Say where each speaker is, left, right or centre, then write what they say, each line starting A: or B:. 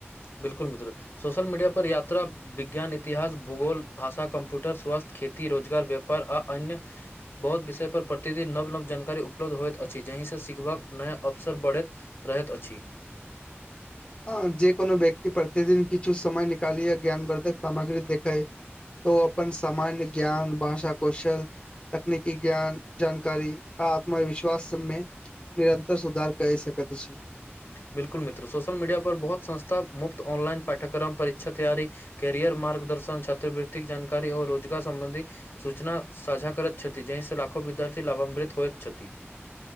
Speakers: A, on the left (about 60°); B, on the left (about 25°).
A: बिलकुल मित्र सोशल मीडिया पर यात्रा विज्ञान इतिहास भूगोल भाषा कंप्यूटर स्वास्थ्य खेती रोजगार व्यापार आ अन्य बहुत विषय पर प्रतिदिन नव नव जन जानकारी उपलब्ध होइत अछि जहिसँ सीखबाक नया अवसर बढ़ैत रहैत अछि <inaudible>
B: ह जे कोनो व्यक्ति प्रतिदिन किछु समय निकालिए ज्ञानवर्धक सामग्री देखै तऽ ओ अपन सामान्य ज्ञान भाषा कौशल तकनीकी ज्ञान जानकारी आ आत्मविश्वासमे निरन्तर सुधार करि सकै कतऽ छी
A: बिल्कुल मित्रो सोशल मीडिया पर बहुत संस्था मुफ्त ऑनलाइन पाठ्यक्रम परीक्षा तैयारी कैरियर मार्गदर्शन छात्रवृत्तिक जानकारी आ रोजगार संबंधी सूचना साझा करैत छथि जहिसँ लाभ लाखो विद्यार्थी लाभान्वित होइत छथि